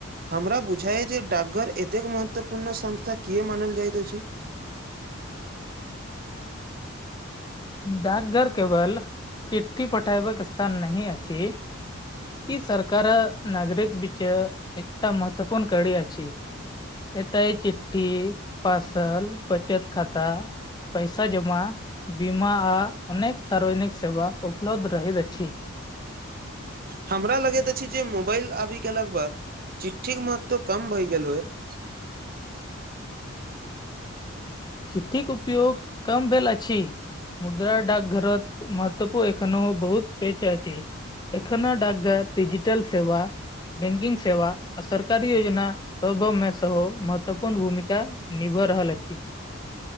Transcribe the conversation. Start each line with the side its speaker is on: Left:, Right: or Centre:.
Right: हमरा बुझाइ जेय डाकघर एतेक महत्वपूर्ण समता किए मानल जाइत अछि।
Left: डाकघर केवल चिठी पठायबाक स्थान नहि अछि। ई सरकार नागरिक विचय एकटा महत्वपूर्ण कारी अछि। एतेय चिठ्ठी पार्सल बचत खाता पैसा जमा बीमा आ अनेक सार्वजनिक सेवा उपलब्ध रहैत अछि।
Right: हमरा लगैत अछि जे मोबाइल आबि गेलेला के बाद चिट्ठी के महत्व कम भऽ गेल होइतत।
Left: चिठ्ठी के उपयोग कम भेल अछि मुद्रा डाकघरो महत्वपू एखनहु बहुत पेच अछि। एखनो डाकघर डिजिटल सेवा बैंकिंग सेवा आ सरकारी योजना सबमे स महत्वपूर्ण भूमिका निभ रहल अछि।